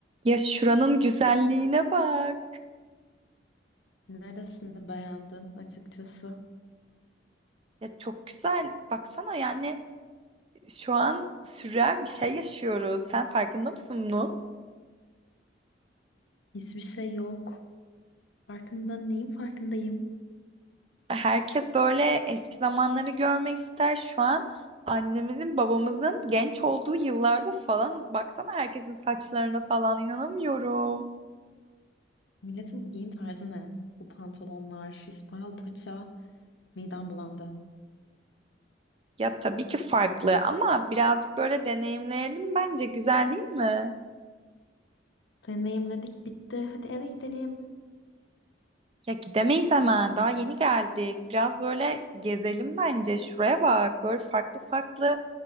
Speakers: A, on the right (about 30°); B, on the left (about 80°).
A: Ya şuranın güzelliğine bak.
B: Neresini beğendin açıkçası?
A: Ya çok güzel. Baksana yani şu an sürreal bir şey yaşıyoruz. Sen farkında mısın bunun?
B: Hiçbir şey yok. Farkında neyin farkındayım?
A: Herkes böyle eski zamanları görmek ister. Şu an annemizin, babamızın genç olduğu yıllarda falanız. Baksana herkesin saçlarına falan inanamıyorum.
B: Milletin giyim tarzı ne? Bu pantolonlar, İspanyol paça, midem bulandı.
A: Ya tabii ki farklı ama birazcık böyle deneyimleyelim bence. Güzel değil mi?
B: Deneyimledik bitti. Hadi eve gidelim.
A: Ya gidemeyiz hemen. Daha yeni geldik. Biraz böyle gezelim bence. Şuraya bak. Böyle farklı farklı